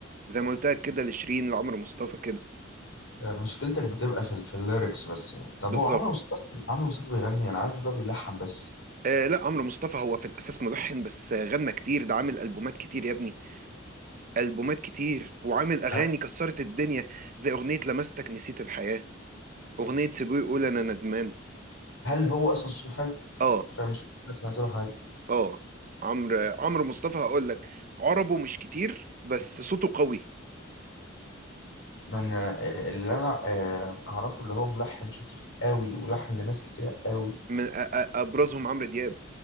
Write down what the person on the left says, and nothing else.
مشكلتك بتبقى في ال- في الليركس بس يعني طب
هو عمرو مصطفى عمرو مصطفى بيغني انا عارف اللي هو بيلحن بس
هل
هل هو اصلا صوته حلو
عشان مش أنا سمعت له حاجه
ما انا اللي انا آه، اعرفه اللي هو ملحن شاطر قوي ولحن لناس كتير قوي